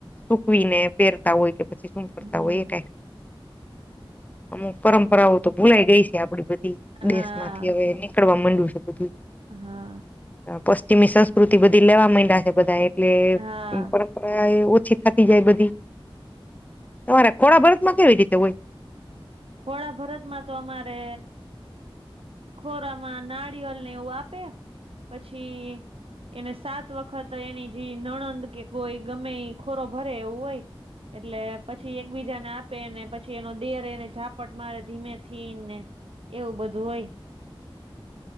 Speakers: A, on the left; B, on the right.
A: સુકવીને પહેરતા હોય કે પછી શું મ કરતા
B: હમ
A: હોય એ ક અમુક પરંપરાઓ તો ભૂલાઈ ગઈ છે આપડી બધી
B: હા
A: દેશ માંથી હવે નીકળવા માંડ્યું છે બધું.
B: હા.
A: પશ્ચિમી સંસ્કૃતિ બધી લેવા માંડ્યા છે બધા એટલે
B: હા
A: <unintelligible> ઓછી થતી જાય બધી તમારે ખોડા ભરત માં કેવી રીતે હોય?
B: ખોડા ભરતમાં તો અમારે ખોરામાં નારિયલ ને એવું આપે પછી એને સાત વખત એની જે નણંદ કે કોઈ ગમે ખોરો ભરે, એવું હોય. એટલે પછી એકબીજાને આપેને પછી એનો દિયર એને ઝાપટ મારે ધીમેથી ને એવું બધું હોય.